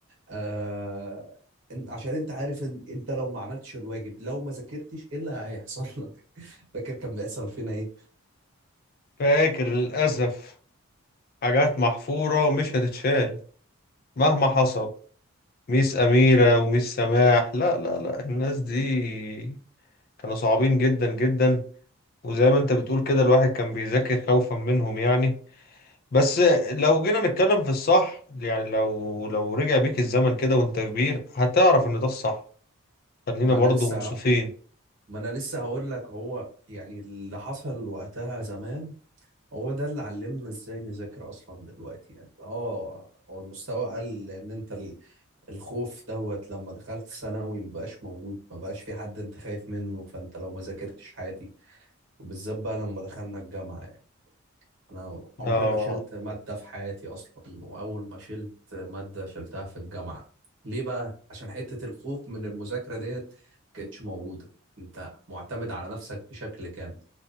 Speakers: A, on the right; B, on the left.
A: آه... إن- عشان انت عارف ان انت لو ما عملتش الواجب لو ما ذاكرتش ايه اللي هيحصل لك <laughs> فاكر كان بيحصل فينا ايه
B: فاكر للأسف حاجات محفورة مش هتتشال مهما حصل ميس أميرة وميس سماح لا لا لا الناس دي كانوا صعبين جدا جدا وزي ما انت بتقول كده الواحد كان بيذاكر خوفا منهم يعني بس لو جينا نتكلم في الصح يعني لو لو رجع بيك الزمن كده وانت كبير هتعرف ان ده الصح خلينا
A: ما
B: برضو
A: انا لسه
B: منصفين
A: ما انا لسه هقول لك هو يعني اللي حصل وقتها زمان هو ده اللي علمنا ازاي نذاكر اصلا دلوقتي يعني اه هو المستوى قل لان انت ال- الخوف دوت لما دخلت ثانوي مبقاش موجود مبقاش في حد انت خايف منه فانت لو ما ذاكرتش عادي وبالذات بقى لما دخلنا الجامعة انا عمري
B: اه
A: ما شلت ماده في حياتي اصلا واول ما شلت ماده شلتها في الجامعه ليه بقى عشان حته الخوف من المذاكره ديت ما كانتش موجوده انت معتمد على نفسك بشكل كامل